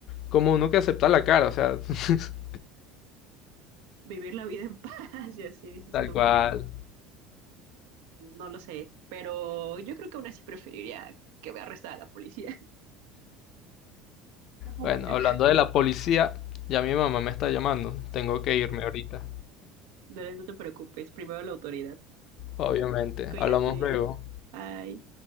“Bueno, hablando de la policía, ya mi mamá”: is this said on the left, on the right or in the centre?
Left